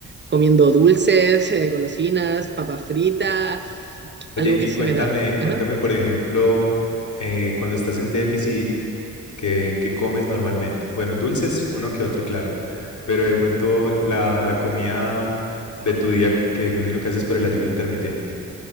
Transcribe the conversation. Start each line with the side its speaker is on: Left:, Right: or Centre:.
Right: comiendo dulces, eh, golosinas, papas fritas,
Left: Oye,
Right: algo
Left: y
Right: que se
Left: cuéntame,
Right: me da.
Left: cuéntame,
Right: Ajá.
Left: por ejemplo, eh, cuando estás en déficit. ¿Qué, qué comes normalmente? Bueno, dulces, uno que otro, claro. Pero de pronto la, la comida de tu día que me imagino que haces por el ayuno intermitente.